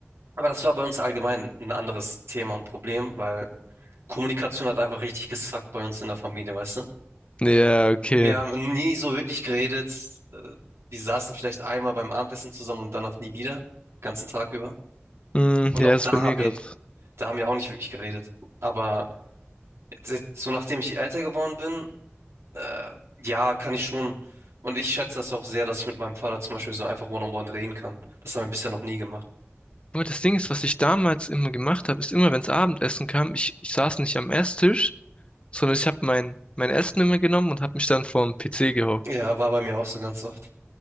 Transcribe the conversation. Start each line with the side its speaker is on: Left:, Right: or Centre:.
Right: aber das war bei uns allgemein ein anderes Thema und Problem, weil Kommunikation hat einfach richtig gesackt bei uns in der Familie, weißt du?
Left: Ja, okay.
Right: Wir haben nie so wirklich geredet. Äh, Die saßen vielleicht einmal beim Abendessen zusammen und danach nie wieder, ganzen Tag über.
Left: Hm,
Right: Und
Left: ja,
Right: auch
Left: ist
Right: da
Left: bei mir
Right: haben wir,
Left: gerade
Right: da haben wir auch nicht wirklich geredet. Aber jetzt, jetzt, so nachdem ich älter geworden bin, äh, ja, kann ich schon. Und ich schätze das auch sehr, dass ich mit meinem Vater zum Beispiel so einfach One-on-One reden kann. Das haben wir bisher noch nie gemacht.
Left: Nur das Ding ist, was ich damals immer gemacht habe, ist immer, wenn es Abendessen kam, ich, ich saß nicht am Esstisch, sondern ich habe mein, mein Essen immer genommen und habe mich dann vorm PC gehockt.
Right: Ja, war bei mir auch so ganz oft.